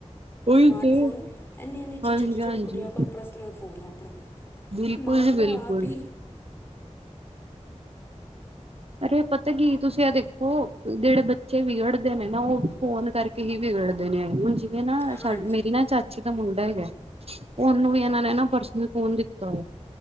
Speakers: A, on the right; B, on the left.
A: ਉਹੀ
B: ਸਮਾਰਟਫੋਨਇੰਨੀ-ਇੰਨੀ
A: ਤੇ
B: ਅੱਛੀ
A: ਹਾਂਜੀ
B: ਛੋਟੀ-ਛੋਟੀ
A: ਹਾਂਜੀ
B: ਕੁੜੀਆਂ ਕੋਲ ਪਰਸਨਲ ਫੋਨ ਆ ਆਪਣਾ
A: ਬਿਲਕੁਲ
B: ਮਾਂ
A: ਜੀ
B: ਪਿਓ
A: ਬਿਲਕੁਲ
B: ਆਪ ਈ
A: ਅਰੇ ਪਤਾ ਕੀ ਤੁਸੀਂ ਆ ਦੇਖੋ ਜਿਹੜੇ ਬੱਚੇ ਵਿਗੜਦੇ ਨੇ ਨਾ ਉਹ ਫੋਨ ਕਰਕੇ ਹੀ ਵਿਗੜਦੇ ਨੇ ਆ ਹੁਣ ਜਿਵੇਂ ਨਾ
B: ਹਾਂਜੀ
A: ਸਾ ਮੇਰੀ ਨਾ ਚਾਚੀ ਦਾ ਮੁੰਡਾ ਹੈਗਾ ਉਹਨੂੰ ਵੀ ਇਹਨਾਂ ਨੇ ਨਾ ਪਰਸਨ ਹੀ ਫੋਨ ਦਿੱਤਾ ਹੋਇਆ।